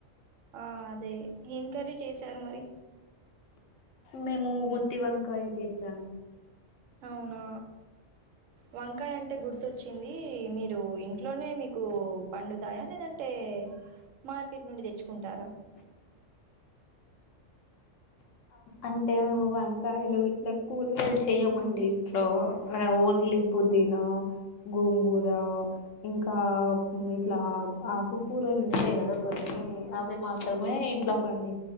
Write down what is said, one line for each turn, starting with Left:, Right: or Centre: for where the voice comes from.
Right: ఆ అదే ఎం కర్రీ చేసారు మరి
Left: మేము గుత్తి వంకాయ చేసాను
Right: అవునా వంకాయ అంటే గుర్తొచ్చింది మీరు ఇంట్లోనే మీ కు పండుతాయా లేదంటే మార్కెట్ నుండి తెచ్చుకుంటారా
Left: అంటే మేము వంకాయలు ఇట్లా కూరగాయలు చేయమండి ఇంట్లో ఓన్ లీ పుదీనా గోంగూర ఇంకా ఇట్లా ఆకుకూరలు ఉంటాయి గదా కొన్ని నీ అవి మాత్రమే ఇంట్లో పండి